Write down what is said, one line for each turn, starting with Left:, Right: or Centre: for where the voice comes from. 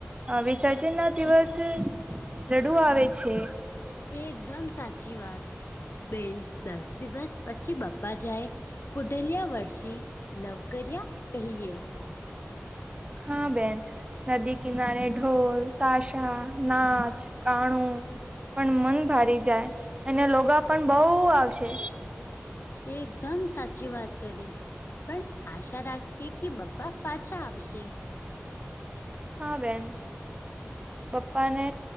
Right: અ વિસર્જન ના દિવસે રડુ આવે છે.
Left: એકદમ સાચી વાત બેન દસ દિવસ પછી બપ્પા જાય.. પુઢલીયા વર્ષી લોકરિયા કહીયે.
Right: હા બેન. નદી કિનારે ઢોલ-તાશા, નાચ-ગાણું. પણ મન ભરી જાય અને લોગા પણ બહુ આવશે.
Left: એકદમ સાચી વાત કરી. પણ આશા રાખીએ કે પપ્પા પાછા આવશે.
Right: હા બેન, બાપ્પાને